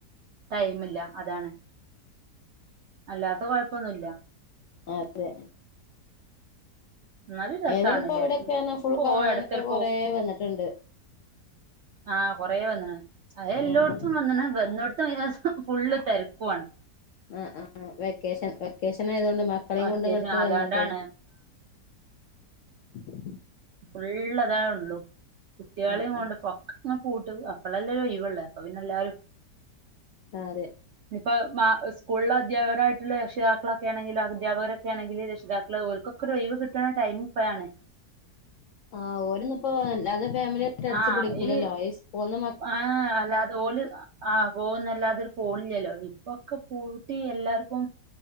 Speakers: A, on the right; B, on the left.
A: ടൈമില്ല അതാണ് അല്ലാത്ത കുഴപ്പ പ്പൊന്നൂല്ല
B: അതെ
A: എന്നാലും രസാണ്ല്ലേ
B: ഏതാലും ഇപ്പോ അവിടൊക്കെ ഫുൾ
A: പോവ
B: കാണാനൊക്കെ
A: എടക്കൊരു
B: കൊറെ വന്നിട്ട്ണ്ട്
A: ആഹ് കൊറെ വന്ന്ണ് അത് എല്ലോട്ത്തും
B: ആഹ്
A: വന്ന്ണ് വന്നോട് <unintelligible> ഫുള്ള് തിരക്കുവാണ്
B: ആ ആ വെക്കേഷൻ വെക്കേഷൻ ആയതുകൊണ്ട് മക്കളെയും
A: വെക്കേഷൻ
B: കൊണ്ട് ഇങ്ങോട്ട്
A: അതാണ്ടാണ്
B: വന്നാട്ടെ ഉ
A: ഫുള്ളതാ ഉള്ളു കുട്ടികളെയും
B: ആഹ്
A: കൊണ്ട് പൊക്ക് ആ പൂട്ടും അപ്പളെല്ലേ ഒരു ഒഴിവ് ഉള്ളേ അപ്പം പിന്നെ എല്ലാരും
B: ആഹ് അതെ
A: ഇപ്പം മാ സ്കൂളിലെ അധ്യാപകരായിട്ടുള്ള രക്ഷിതാക്കളക്കെ ആണെങ്കിൽ അധ്യാപകരൊക്കെ ആണെങ്കില് രക്ഷിതാക്കള് ഓർക്കൊക്കെ ഒരു ഒഴിവ് കിട്ടണ ടൈം ഇപ്പഴാണ്.
B: ആ ഓന്‌നുപ്പൊ അല്ലാതെ ഫാമിലിയായിട്ട് അടിച്ച്
A: ആ
B: പൊളിക്കൂലല്ലൊ
A: ഈ
B: യെസ് <unintelligible>
A: ആ അല്ലാതെ ഓല് ആ പോകുന്നല്ലാതെ പോണില്ലല്ലോ ഇപ്പൊക്കെ പൂട്ടി എല്ലാർക്കും